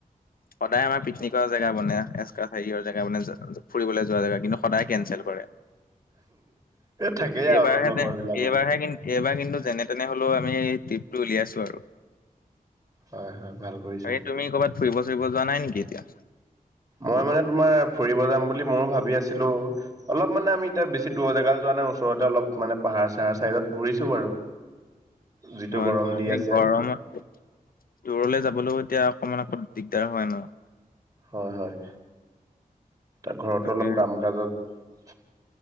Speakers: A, on the left (about 80°); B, on the right (about 25°).
A: সদায় আমাৰ পিকনিকৰ জেগা বনে এচকাচ সেইয়ৰ জেগা বনে যে যে ফুৰিবলে যোৱা জেগা কিন্তু সদায় কেঞ্চেল কৰে।
B: থাকেই
A: এইবাৰহে
B: আও লগৰ
A: যে
B: বিলাক।
A: এইবাৰহে কিন্ এইবাৰ কিন্তু যেনে তেনে হলেও আমি ট্ৰিপটো উলিয়াইছো আৰু।
B: হয় হয় ভাল কৰিছা।
A: বাকী তুমি ক'ৰবাত ফুৰিব চুৰিব যোৱা নাই নেকি এতিয়া?
B: মই মানে তোমাৰ ফুৰিব যাম বুলি মও ভাবি আছিলো। অলপ মানে আমি এতিয়া বেছি দূৰ জেগালে যোৱা মানে ওচৰতে অলপ মানে পাহাৰ চাহাৰ চাইডত ঘূৰিছো বাৰু। যিটো
A: হয়
B: গৰম
A: হয়
B: দি
A: এই
B: আছে
A: গৰমত দূৰলে যাবলৈও এতিয়া অকমান আকৌ দিগদাৰ হয় ন।
B: হয় হয় তাৰ ঘৰতো
A: তাকে
B: অলপ কাম কাজত